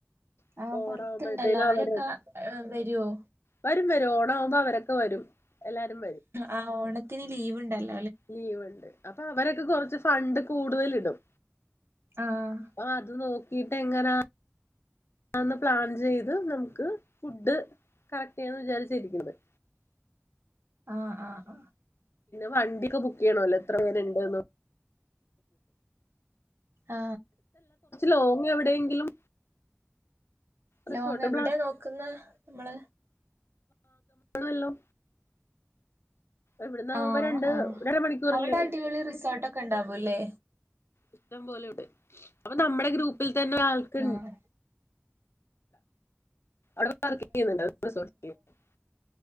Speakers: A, on the left (about 65°); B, on the right (about 65°).
A: അപ്പൊ
B: ആ പൊർത്തുണ്ടല്ലോ
A: ഓണാവുമ്പോഴത്തേനും
B: അവരൊക്ക
A: അവര്
B: വരുവോ
A: വരും വരും ഓണ ആവുമ്പോ അവരൊക്കെ വരും എല്ലാരും
B: ആ ഓണത്തിന് ലീവിണ്ടല്
A: ലീവൊണ്ട് അപ്പ അവരൊക്കെ കൊറച്ച് ഫണ്ട് കൂടുതലിടും
B: ആഹ്
A: ആ അത് നോക്കിട്ട് എങ്ങനാ <unintelligible> പ്ലാൻ ചെയ്ത് നമുക്ക് ഫുഡ് കറക്റ്റെണ് വിചാരിച് <unintelligible>
B: ആ ആ ആ
A: വണ്ടിഒക്കെ ബുക്ക് ചെയ്യണോല്ലോ എത്ര പേരിണ്ട്ന്ന്
B: ആ
A: ലോങ് എവിടെയെങ്കിലും റിസോർട്ട്
B: ലോങ് എവിടെ നോക്കുന്നെ നമ്മള്
A: <unintelligible> ഇവിടുന്ന് ആവുമ്പോ
B: ആ
A: രണ്ട്
B: ആ
A: രണ്ട് മണിക്കൂറല്ലേ
B: അവിടെ
A: ഉള്ളൂ
B: അടിപൊളി റിസോർട്ടൊക്കെ ഇണ്ടാവൂല്ലേ
A: ഇഷ്ടം പോലെ ഉണ്ട് അപ്പൊ നമ്മടെ ഗ്രൂപ്പിൽ തന്നെ ആൾക്ക്ണ്
B: ആഹ്
A: അവിടെ <unintelligible> ചെയ്യുന്നുണ്ട് <unintelligible>